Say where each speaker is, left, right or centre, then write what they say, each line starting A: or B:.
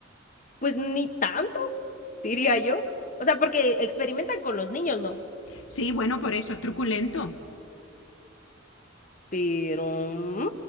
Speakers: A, on the left; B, on the left.
A: Pues ni tanto, diría yo. O sea, porque experimentan con los niños, ¿no?
B: Sí, bueno, por eso es truculento.
A: pero mm,